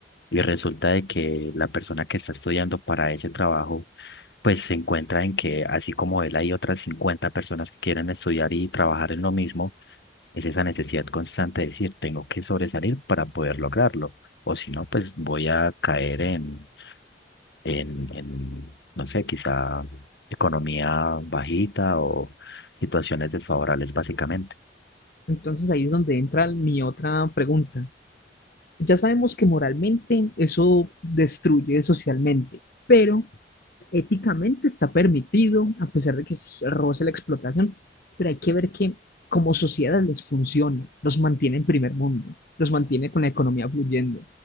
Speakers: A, on the left; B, on the left.
A: y resulta de que la persona que está estudiando para ese trabajo, pues se encuentra en que así como él hay otras 50 personas que quieren estudiar y trabajar en lo mismo, es esa necesidad constante de decir, tengo que sobresalir para poder lograrlo, o si no, pues voy a caer en, en, en, no sé, quizá economía bajita o situaciones desfavorables básicamente.
B: Entonces ahí es donde entra mi otra pregunta. Ya sabemos que moralmente eso destruye socialmente, pero éticamente está permitido, a pesar de que es- roce la explotación, pero hay que ver que como sociedad les funciona, los mantiene en primer mundo, los mantiene con la economía fluyendo.